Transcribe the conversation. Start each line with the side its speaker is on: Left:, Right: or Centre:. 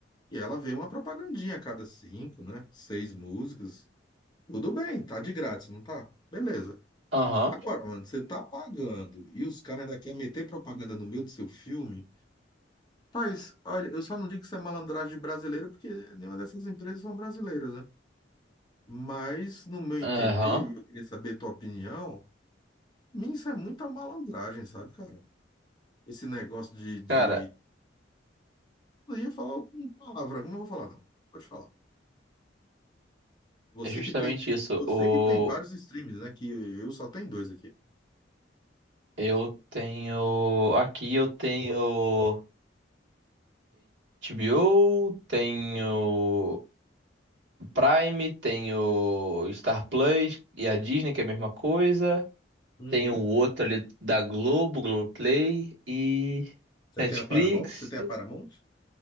Left: E ela vê uma propagandinha a cada cinco, né? Seis músicas. Tudo bem, tá de grátis, não tá? Beleza.
Right: aham,
Left: Agora, mano, você tá pagando e os caras ainda querem meter propaganda no meio do seu filme. Paz, olha, eu só não digo que isso é malandragem brasileira, porque nenhuma dessas empresas são brasileiras, né? Mas, no meu entender,
Right: aham.
Left: e eu queria saber a tua opinião, mim isso é muita malandragem, sabe, cara? Esse negócio de, de...
Right: Cara,
Left: Eu ia falar uma palavra, mas não vou falar, não. Pode falar. Você
Right: é justamente
Left: que tem,
Right: isso.
Left: você
Right: O...
Left: que tem vários streams, né? Que eu só tenho dois aqui.
Right: Eu tenho. Aqui eu tenho HBO, tenho Prime, tenho Star Plus e a Disney, que é a mesma coisa.
Left: Uhum.
Right: Tenho o outro ali da Globo, Globoplay e
Left: Você
Right: Netflix.
Left: tem a Paramount? Você tem a Paramount?